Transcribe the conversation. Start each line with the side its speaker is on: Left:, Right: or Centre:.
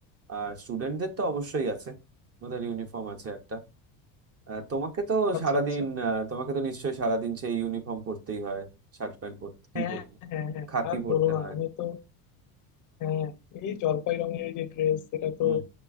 Right: আর স্টুডেন্টদের তো অবশ্যই আছে ওদের ইউনিফর্ম আছে একটা আহ, তোমাকে তো
Left: আচ্ছা
Right: সারাদিন
Left: আচ্ছা
Right: আহ, তোমাকে তো নিশ্চয়ই সারাদিন সেই ইউনিফর্ম পরতেই হয় শার্ট প্যান্ট পরতে কি
Left: হ্যাঁ
Right: পরতে
Left: হ্যাঁ হ্যাঁ
Right: খাকি
Left: আর
Right: পরতে
Left: বলো না
Right: হয়
Left: আমি তো হ্যাঁ এই জলপাই রঙের এই যে ড্রেস সেটা
Right: হুম।
Left: তো